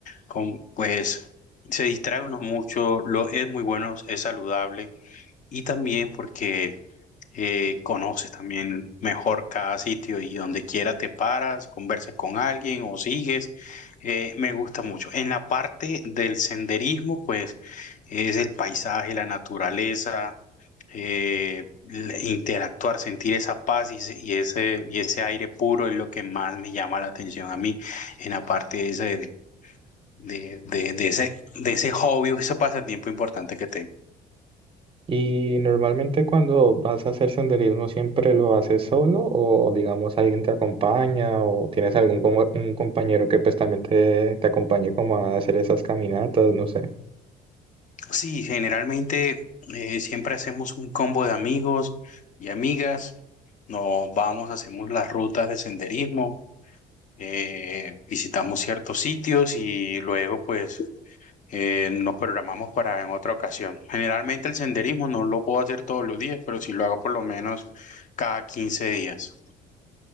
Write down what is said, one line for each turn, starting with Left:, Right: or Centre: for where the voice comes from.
Left: con, pues se distrae uno mucho. Lo, es muy bueno, es saludable y también porque eh, conoces también mejor cada sitio y donde quiera te paras, conversas con alguien o sigues. eh, me gusta mucho. En la parte del senderismo, pues es el paisaje, la naturaleza, eh, l- interactuar, sentir esa paz y, ese- y ese, y ese aire puro es lo que más me llama la atención a mí en la parte de ese, de, de, de ese, de ese hobby o ese pasatiempo importante que tengo.
Right: Y normalmente cuando vas a hacer senderismo, ¿siempre lo haces solo o digamos alguien te acompaña o tienes algún como- un compañero que pues también te, te acompañe como a hacer esas caminatas? No sé.
Left: Sí, generalmente eh, siempre hacemos un combo de amigos y amigas. Nos vamos, hacemos las rutas de senderismo, eh, visitamos ciertos sitios y luego pues eh, nos programamos para en otra ocasión. Generalmente el senderismo no lo puedo hacer todos los días, pero sí lo hago por lo menos cada 15 días.